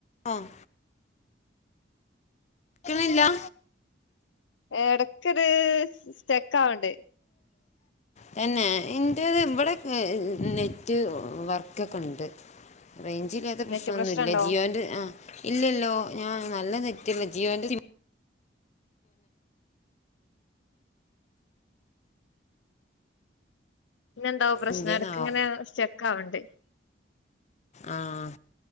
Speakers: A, on the left (about 40°); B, on the left (about 85°).
A: അഹ് ക്ക്ണ് ഇല്ലാ?
B: എടെക്ക് ഒരു സ്റ്റെക്കാവ് ഇണ്ട്.
A: തെന്നെ ഇന്റെത് ഇവെടെ ഒക്കെ ഹ് ഹ് നെറ്റ് വർക്കൊക്കെ ഇണ്ട് റേയ്ഞ്ച് ഇല്ലാത്ത പ്രശ്നൊന്നും
B: നെറ്റ് പ്രശ്നണ്ടോ
A: ഇല്ല ജിയോന്റെ ആഹ് ഇല്ലല്ലോ ഞാൻ നല്ല നെറ്റ് ഇണ്ട് ജിയോന്റെ സിമ്മ് ഇ
B: പിന്നെ എന്താവോ പ്രശ്നം?
A: എന്ത്യേന്നാവോ
B: എടെക്ക്‌ ഇങ്ങനെ സ്റ്റെക്ക് ആവ്ണ്ട്
A: ആഹ്